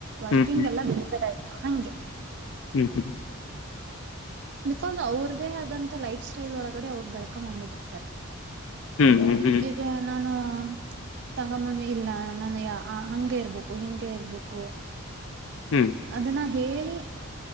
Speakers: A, on the right; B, on the left.
A: ವರ್ಕಿಂಗ್
B: ಹ್ಮ್
A: ಎಲ್ಲ ಬಿಡ್ತಾರೈ ಹಂಗೆ
B: ಹ್ಮ್ ಹ್ಮ
A: ಬಿಕಾಸ್ ಅವ್ರ್ದೇ ಆದಂತ ಲೈಫ್ ಸ್ಟೈಲ್ ಒಳಗಡೆ ಅವ್ರ್ ಬೆಳ್ಕಂಬೊಬ್ಬಿಟ್ಟಿರ್ತಾರೆ
B: ಹ್ಮ್ ಹ್ಮ್ ಹ್ಮ್
A: ಈಗ ನಾನು ತಗಂಬಂದು ಇಲ್ಲ ನನಗೆ ಆ ಹಂಗೆ ಇರ್ಬೇಕು ಹಿಂಗೆ ಇರ್ಬೇಕು
B: ಹ್ಮ್
A: ಅದನ್ನ ಹೇಳಿ